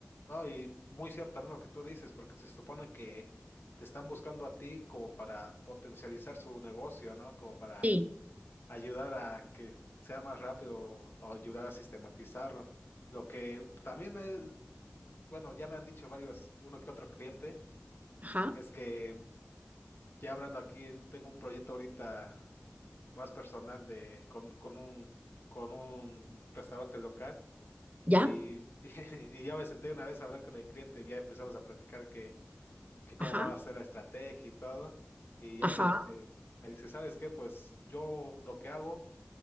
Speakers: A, on the left; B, on the right.
A: No, y muy cierto también lo que tú dices, porque se supone que te están buscando a ti como para potencializar su negocio, ¿no? Como para
B: Sí.
A: ayudar a que sea más rápido o o ayudar a sistematizarlo. Lo que también me, bueno, ya me han dicho varios, uno que otro cliente,
B: Ajá.
A: es que Ya hablando aquí, tengo un proyecto ahorita más personal de con, con un con un restaurante local
B: ¿Ya?
A: y, <laughs> y ya me senté una vez a hablar con el cliente, y ya empezamos a platicar que, que cómo
B: Ajá.
A: va a ser la estrategia y todo, y ya
B: Ajá.
A: me dice, me dice, ¿sabes qué? Pues yo lo que hago